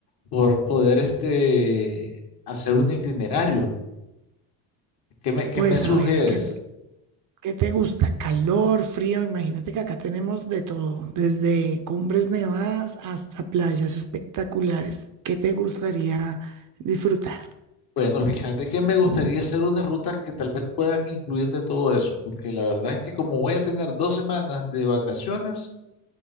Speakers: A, on the left; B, on the right.
A: por poder este hacer un itinerario. ¿Qué me, qué
B: Pues
A: me sugieres?
B: a ver, ¿qué, qué te gusta? ¿Calor, frío? Imagínate que acá tenemos de todo, desde cumbres nevadas hasta playas espectaculares. ¿Qué te gustaría disfrutar?
A: Bueno, fíjate que me gustaría hacer una ruta que tal vez pueda incluir de todo eso, porque la verdad es que como voy a tener dos semanas de vacaciones,